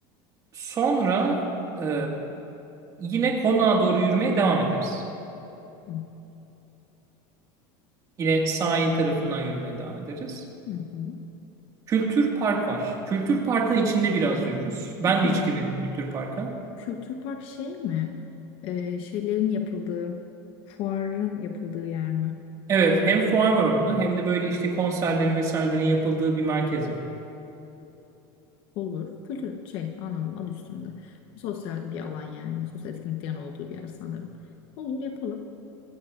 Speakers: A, on the right; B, on the left.
A: Sonra e, yine konağa doğru yürümeye devam ederiz.
B: Hı
A: Yine sahil tarafından yürümeye devam ederiz.
B: hı. hı.
A: Kültür Park var. Kültür Park'ın içinde biraz yürürüz. Ben
B: Bu kül-
A: de hiç girmedim Kültür Park'a.
B: kültür park şey mi? Ee, şeylerin yapıldığı, fuarın yapıldığı yer mi?
A: Evet, hem fuar var orada hem de böyle işte konserlerin vesairelerin yapıldığı bir merkez var.
B: Olur. Kültür şey anladım adı üstünde. Sosyal bir alan yani. Sosyal etkinliklerin olduğu bir yer sanırım. Olur yapalım.